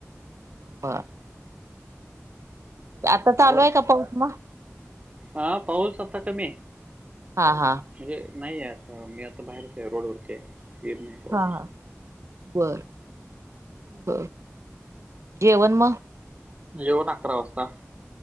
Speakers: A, on the right; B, on the right.
A: बर. आता
B: आवाज
A: चालूय का पाऊस? मग...
B: हा... पाऊस आता कमी आहे.
A: हा.... हा
B: म्हणजे, नाही आहे आता मी आता बाहेरच आहे. रोडवरती आहे. येत नाही. पाऊस
A: हां... हां... बरं... बरं.. जेवण मग?
B: जेवण, अकरा वाजता.